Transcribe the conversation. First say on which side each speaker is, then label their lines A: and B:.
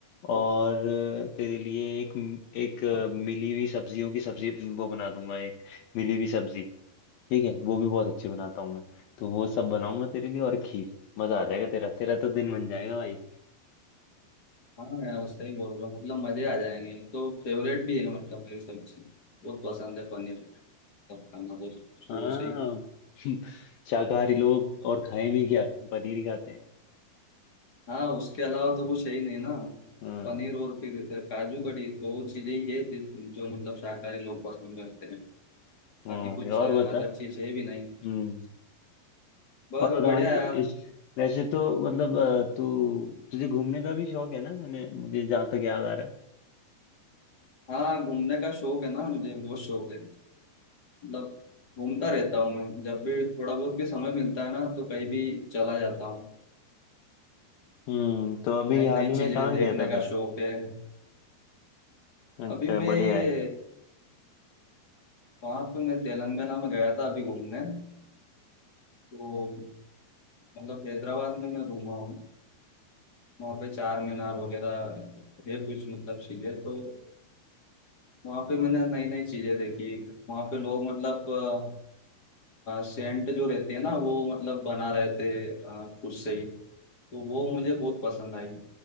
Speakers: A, on the left; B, on the left.
A: और अ, तेरे लिए एक एक अ, मिली हुई सब्जियों की सब्जी वो बना दूंगा एक मिली हुई सब्जी ठीक है वो भी बहुत अच्छी बनाता हूँ मैं तो वो सब बनाऊंगा तेरे लिए और खीर मजा आ जाएगा तेरा तेरा तो दिन बन जाएगा भाई
B: हाँ यार वो सही बोल रहा हूँ मतलब मजे आ जाएंगे तो फेवरेट भी है मतलब मेरी सब्जी बहुत पसंद है पनीर सब खाना तो शुरू
A: हाँ
B: से ही
A: <laughs> शाकाहारी लोग और खाए भी क्या पनीर ही खाते हैं
B: हाँ उसके अलावा तो कुछ है ही नहीं ना
A: हाँ
B: पनीर और फिर काजू कड़ी दो चीजें ही है जिन- जो मतलब शाकाहारी लोग पसंद करते हैं
A: हाँ
B: बाकी कुछ
A: और
B: अदर
A: बता
B: चीज है भी नहीं
A: हम्म।
B: बस
A: और बताइए
B: बढ़िया यार
A: इस वैसे तो मतलब अ, तू तुझे घूमने का भी शौक है ना मैंने मुझे जहाँ तक याद आ रहा है
B: हाँ घूमने का शौक है ना मुझे बहुत शौक है मतलब घूमता रहता हूँ मैं जब भी थोड़ा बहुत भी समय मिलता है ना तो कहीं भी चला जाता हूँ
A: हम्म तो अभी
B: नई
A: हाल
B: नई
A: ही
B: चीजें
A: में कहाँ
B: देखने
A: गया था
B: का
A: फिर
B: शौक है
A: अच्छा
B: अभी मैं
A: बढ़िया
B: ये
A: है
B: वहाँ पे मैं तेलंगाना में गया था अभी घूमने तो मतलब हैदराबाद में मैं घूमा हूँ वहाँ पे चार मीनार वगैरह है कुछ मतलब चीजें तो वहाँ पे मैंने नई नई चीजें देखी वहाँ पे लोग मतलब सेंट जो रहती है ना वो मतलब बना रहे थे अ, खुद से ही तो वो मुझे बहुत पसंद आई